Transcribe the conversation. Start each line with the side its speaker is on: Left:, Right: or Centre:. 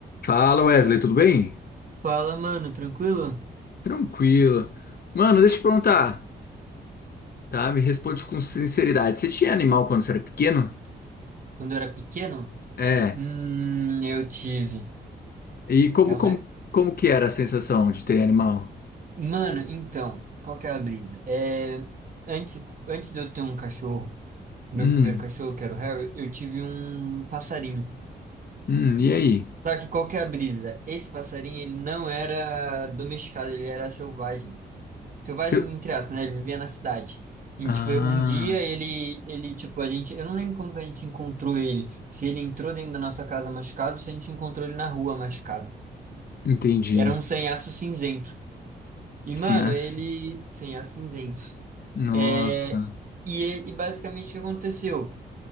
Left: Fala Wesley, tudo bem?
Right: Fala, mano, tranquilo?
Left: Tranquilo. Mano, deixa eu te perguntar, tá? Me responde com sinceridade. Você tinha animal quando você era pequeno?
Right: Quando eu era pequeno,
Left: É.
Right: hum, eu tive.
Left: E como,
Right: É uma...
Left: como, como que era a sensação de ter animal?
Right: Mano, então, qual que é a brisa? É, antes, antes de eu ter um cachorro, meu
Left: Hum,
Right: primeiro cachorro, que era o Harry, eu tive um passarinho.
Left: hum, e aí?
Right: Só que qual que é a brisa? Esse passarinho, ele não era domesticado, ele era selvagem. selvagem,
Left: Seu...
Right: entre aspas, né? Ele vivia na cidade. E,
Left: Ah,
Right: tipo, eu- um dia ele, ele, tipo, a gente, eu não lembro como que a gente encontrou ele. Se ele entrou dentro da nossa casa machucado, se a gente encontrou ele na rua machucado.
Left: entendi.
Right: Era um sanhaço cinzento. E,
Left: Sim,
Right: mano,
Left: acho.
Right: ele, sanhaço cinzento.
Left: Nossa.
Right: É E, ele- e basicamente o que aconteceu?